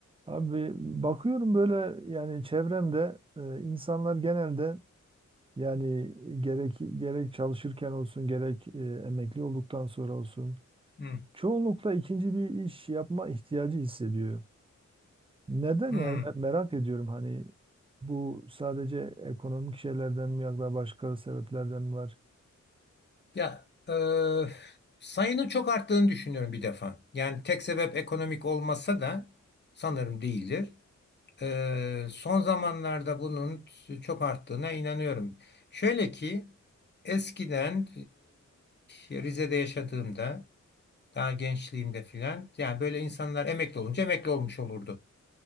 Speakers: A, on the right (about 20°); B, on the left (about 35°).
A: Abi bakıyorum böyle yani çevremde e, insanlar genelde yani gerek gerek çalışırken olsun gerek e, emekli olduktan sonra olsun
B: Hmm,
A: çoğunlukla ikinci bir iş yapma ihtiyacı hissediyor. Neden
B: hmm.
A: yani ben merak ediyorum hani bu sadece ekonomik şeylerden mi yoksa başka sebeplerden mi var?
B: Ya e, sayının çok arttığını düşünüyorum bir defa. Yani tek sebep ekonomik olmasa da sanırım değildir. E, son zamanlarda bunun çok arttığına inanıyorum. Şöyle ki eskiden e, Rize'de yaşadığımda daha gençliğimde filan yani böyle insanlar emekli olunca emekli olmuş olurdu.